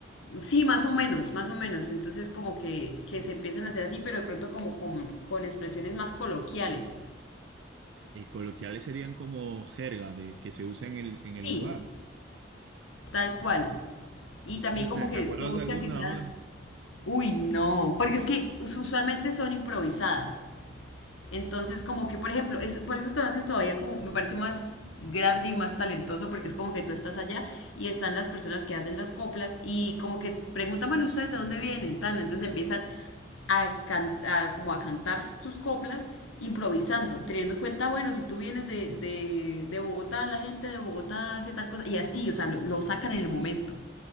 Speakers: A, on the left; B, on the right.
A: Sí, más o menos, más o menos. Entonces como que, que se empiezan a hacer así, pero de pronto como con, con expresiones más coloquiales.
B: Y coloquiales serían como jerga de, que se usa en el, en el
A: Sí,
B: lugar.
A: tal cual. Y
B: ¿Tienes-
A: también como
B: ¿Te,
A: que
B: te acuerdas
A: se busca
B: de alguna
A: que sea...
B: ahora?
A: Uy, no, porque es que usualmente son improvisadas. Entonces, como que, por ejemplo, es, por eso te lo hacen todavía como, me parece más grande y más talentoso, porque es como que tú estás allá y están las personas que hacen las coplas y como que preguntan, bueno, ¿ustedes de dónde vienen? Tan, entonces empiezan a, cantar como a cantar sus coplas improvisando, teniendo en cuenta, bueno, si tú vienes de, de, de Bogotá, la gente de Bogotá hace tal cosa, y así, o sea, lo, lo sacan en el momento.